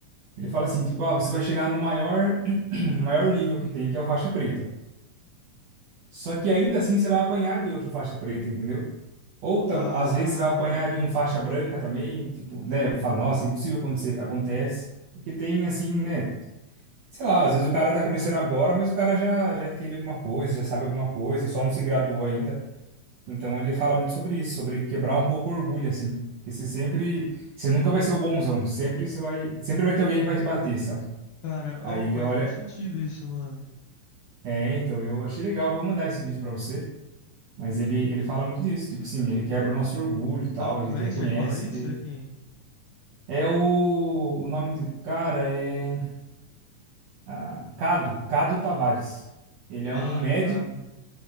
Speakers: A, on the right (about 75°); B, on the left (about 75°).
A: Ele fala assim, tipo, ah, você vai chegar no maior, <clears throat> no maior nível que tem, que é o faixa preta. Só que ainda assim você vai apanhar de outro faixa preta, entendeu? Ou tam-
B: Ah,
A: às vezes você vai apanhar de um faixa branca também, tipo, né? Fala, nossa, impossível acontecer. Acontece. Porque tem assim, né? Sei lá, às vezes o cara tá começando agora, mas o cara já, já entende alguma coisa, já sabe alguma coisa, só não se graduou ainda. Então ele fala muito sobre isso, sobre quebrar um pouco o orgulho, assim. Porque você sempre, você nunca vai ser o bonzão, sempre você vai, sempre vai ter alguém que vai te bater, sabe?
B: cara,
A: Aí
B: oh,
A: ele
B: faz
A: olha,
B: muito sentido isso, mano.
A: É, então, eu achei legal, vou mandar esse vídeo pra você, mas ele, ele fala muito disso, tipo assim, ele quebra o nosso orgulho e tal,
B: É um influencer
A: a gente reconhece
B: que fala isso?
A: que...
B: É quem?
A: É o, o nome do cara é ah, Cado, Cado Tavares. Ele é
B: Ah,
A: um médico,
B: cada.